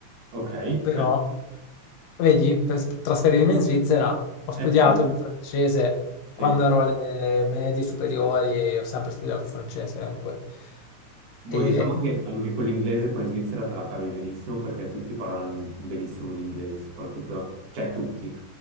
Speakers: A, on the right (about 60°); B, on the left (about 75°).
A: Ok, eh,
B: Però, vedi, per sp- trasferirmi in Svizzera ho
A: eh
B: studiato
A: sì,
B: il francese
A: sì.
B: quando ero alle medie superiori, e ho sempre studiato il francese comunque.
A: Boh,
B: E-
A: diciamo che anche con l'inglese qua in Svizzera te la cavi benissimo perché tutti parlano in- benissimo l'inglese, soprattutto, cioè tutti,